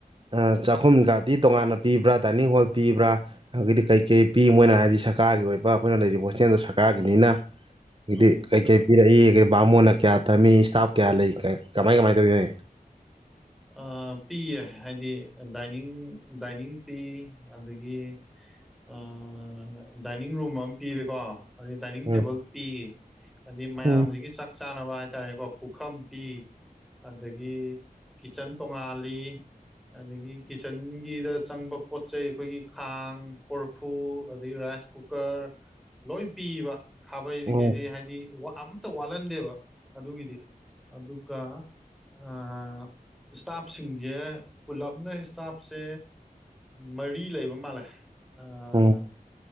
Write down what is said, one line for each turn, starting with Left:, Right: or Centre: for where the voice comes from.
Right: ꯑ ꯆꯥꯛꯈꯨꯝꯒꯗꯤ ꯇꯣꯉꯥꯟꯅ ꯄꯤꯕ꯭ꯔꯥ ꯗꯥꯏꯅꯤꯡ ꯍꯣꯜ ꯄꯤꯕ꯭ꯔꯥ ꯑꯒꯤꯗꯤ ꯀꯩꯀꯩ ꯄꯤ ꯃꯣꯏꯅ ꯍꯥꯏꯗꯤ ꯁꯔꯀꯥꯔꯒꯤ ꯑꯣꯏꯕ ꯑꯩꯈꯣꯏꯅ ꯂꯩꯔꯤꯕ ꯍꯣꯁꯇꯦꯜꯗꯣ ꯁꯔꯀꯥꯔꯒꯤꯅꯤꯅ ꯍꯥꯏꯗꯤ
Centre: ꯑꯥ
Right: ꯀꯩꯀꯩ ꯄꯤꯔꯛꯏ ꯑ ꯕꯥꯃꯣꯟꯅ ꯀꯌꯥ ꯊꯝꯃꯤ ꯏꯁꯇꯥꯐ ꯀꯌꯥ ꯂꯩ <unintelligible> ꯀꯃꯥꯏ ꯀꯃꯥꯏꯅ ꯇꯧꯏ ꯅꯣꯏ <inaudible>
Centre: ꯑ ꯄꯤꯌꯦ ꯍꯥꯏꯗꯤ ꯗꯥꯏꯅꯤꯡ ꯗꯥꯏꯅꯤꯡ ꯄꯤ ꯑꯗꯒꯤ ꯑ ꯗꯥꯏꯅꯤꯡ ꯔꯨꯝ ꯑꯃ ꯄꯤꯔꯦꯀꯣ ꯑꯗꯩ ꯗꯥꯏꯅꯤꯡ
Right: ꯎꯝ
Centre: ꯇꯦꯕꯜ ꯄꯤ ꯑꯗꯤ ꯃꯌꯥꯝꯖꯤꯒꯤ
Right: ꯎꯝ
Centre: ꯆꯥꯛ ꯆꯥꯅꯕ ꯍꯥꯏꯇꯥꯔꯦꯀꯣ ꯄꯨꯈꯝ ꯄꯤ ꯑꯗꯒꯤ ꯀꯤꯆꯟ ꯇꯣꯉꯥꯜꯂꯤ ꯑꯗꯒꯤ ꯀꯤꯠꯆꯟꯒꯤꯗ ꯆꯪꯕ ꯄꯣꯠ ꯆꯩ ꯑꯩꯈꯣꯏꯒꯤ ꯈꯥꯡ ꯀꯣꯔꯐꯨ ꯑꯗꯒꯤ ꯔꯥꯏꯁ ꯀꯨꯀꯔ ꯂꯣꯏ ꯄꯤꯕ ꯈꯥꯕꯩꯗꯤ
Right: ꯎꯝ
Centre: ꯀꯩꯗꯩ ꯍꯥꯏꯗꯤ ꯋꯥ ꯑꯝꯇ ꯋꯥꯠꯍꯟꯗꯦꯕ ꯑꯗꯨꯒꯤꯗꯤ ꯑꯗꯨ ꯒ ꯑ ꯏꯁꯇꯥꯞꯁꯤꯡꯖꯦ ꯄꯨꯂꯞꯅ ꯏꯁꯇꯥꯞꯁꯦ ꯃꯔꯤ ꯂꯩꯕ ꯃꯥꯜꯂꯦ ꯑꯥ
Right: ꯎꯝ